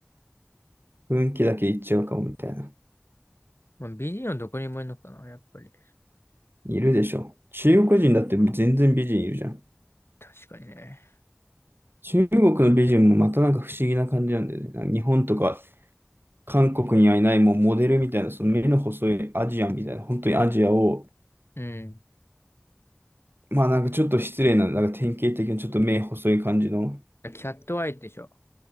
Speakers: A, on the right; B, on the left.
A: 雰囲気だけ言っちゃうかもみたいな。
B: まあ、美人はどこにもいるのかな、やっぱり。
A: いるでしょ。中国人だって全然美人いるじゃん。
B: 確かにね。
A: 中国の美人もまたなんか不思議な感じなんだよね。なんか日本とか韓国にはいないもうモデルみたいな、その目の細いアジアンみたいな、本当にアジアを、
B: うん。
A: まあなんかちょっと失礼な、なんか典型的なちょっと目細い感じの、
B: キャットアイでしょ。